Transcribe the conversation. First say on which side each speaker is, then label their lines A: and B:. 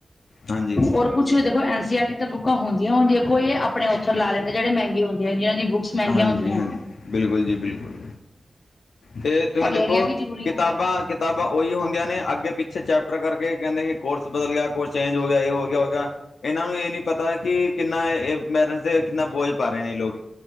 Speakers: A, on the left (about 85°); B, on the left (about 45°).
A: ਹਾਂਜੀ
B: ਔਰ ਕੁਛ ਦੇਖੋ ਐਨ ਸੀ ਆਰਟੀ ਬੁਕਾਂ ਹੁੰਆਂ ਦੀਆਂਈ ਆਪਣੇ ਉੱਥ ਲੈਂਦੇ ਜਿਹੜੇ ਮੈਂਗੇ ਹੁੰਦੀ ਆਹੈ ਜਿਨਾਂ ਦੀ ਬੁਕਸ ਮੈਂਗੀਆਂ
A: ਹਾਂਜੀ
B: ਹੁੰਦੀਆਂ
A: ਹਾਂਜੀ ਬਿਲਕੁਲ ਜੀ ਬਿਲਕੁਲ ਤੇ ਤੁਸੀਂ
B: ਔਰ ਲੈਣੀਆਂ
A: ਦੇਖੋ
B: ਵੀ ਜ਼ਰੂਰੀ
A: ਕਿਤਾਬਾਂ
B: ਹੈ।
A: ਕਿਤਾਬਾਂ ਉਹੀ ਹੁੰਦੀਆਂ ਨੇ ਅੱਗੇ ਪਿੱਛੇ ਚੈਪਟਰ ਕਰਕੇ ਕੈਂਦੇ ਕਿ ਕੋਰਸ ਬਦਲ ਗਿਆ ਕੋਰਸ ਚੇਂਜ ਹੋ ਗਿਆ ਇਹ ਹੋ ਗਿਆ ਹੋਗਾ ਇਹਨਾਂ ਨੂੰ ਇਹ ਨਹੀਂ ਪਤਾ ਕਿ ਕਿੰਨਾ ਇਹ ਮੈਰ ਕਿੰਨਾ ਬੋਝ ਪਾ ਰਹੇ ਨੇ ਲੋਕ